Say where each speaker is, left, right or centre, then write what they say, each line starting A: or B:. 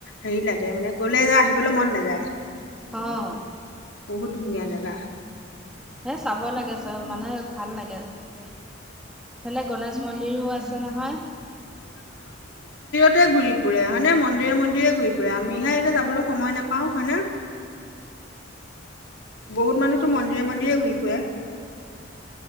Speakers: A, on the left; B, in the centre.
A: হেৰি লাগে মানে গ'লে যে আহিবলৈ মন নাযায়।
B: আহ।
A: বহুত ধুনীয়া জেগা।
B: এ, চাব লাগে, চ মানে, ভাল লাগে গৈ। এইফালে গণেশ মন্দিৰো আছে নহয়।
A: তাতে ঘূৰি ফুৰে হয়নে। মন্দিৰে, মন্দিৰে ঘূৰি ফুৰে। আমিহে এতিয়া যাবলৈ সময় নাপাওঁ হয় নে।
B: <inaudible>
A: বহুত মানুহতো মন্দিৰে, মন্দিৰে ঘুৰি ফুৰে।